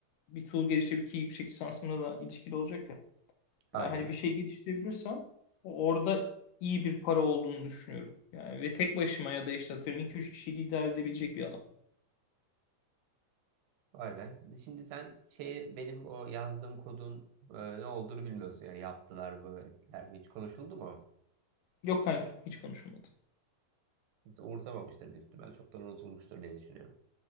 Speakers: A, on the left; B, on the right.
A: bir tool geliştirip ki yüksek lisansımla da ilişkili olacak ya.
B: Aynen.
A: Eğer hani bir şey geliştirebilirsem orada iyi bir para olduğunu düşünüyorum. Yani ve tek başıma ya da işte atıyorum iki üç kişiyi idare edebilecek bir alan.
B: Vay be. Şimdi sen şey benim o yazdığım kodun e, ne olduğunu bilmiyorsun. Yani yaptılar mı, ettiler mi? Hiç konuşuldu mu?
A: Yok kanka hiç konuşulmadı.
B: Hiç umursamamıştır büyük ihtimal. Çoktan unutulmuştur diye düşünüyorum.